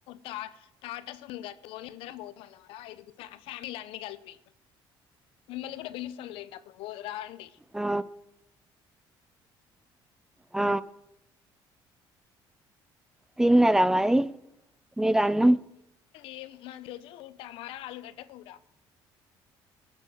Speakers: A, on the left (about 80°); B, in the centre.
A: టా టాట సుమో <unintelligible> పోత అన్నమాట ఫ్యామిలీ అన్ని కలిపి మిమ్మల్ని కూడా బిలుస్తా లేండి అప్పుడు పోదు రాండి
B: ఆ ఆ తిన్న రా మరి మీరు అన్నం
A: ఏమ్ మాదిరోజు టమాట ఆలుగడ్డ కూర